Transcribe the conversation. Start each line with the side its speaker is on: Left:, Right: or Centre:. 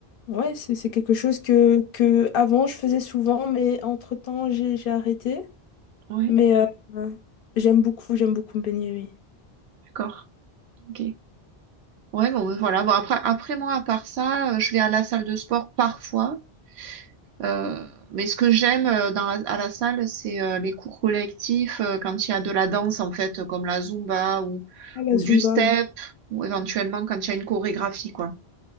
Left: ouais, c'est c'est quelque chose que, que avant je faisais souvent, mais entre-temps, j'ai j'ai arrêté.
Right: ouais,
Left: Mais euh, euh, j'aime beaucoup, j'aime beaucoup me baigner, oui.
Right: d'accord. Ok. Ouais, bon, voilà. Bon, après, après moi, à part ça, euh, je vais à la salle de sport parfois. Euh, mais ce que j'aime euh, dans la- à la salle, c'est euh, les cours collectifs, euh, quand il y a de la danse, en fait, euh, comme la Zumba ou,
Left: Ah, la
Right: ou
Left: Zumba,
Right: du step,
Left: oui.
Right: ou éventuellement quand il y a une chorégraphie, quoi.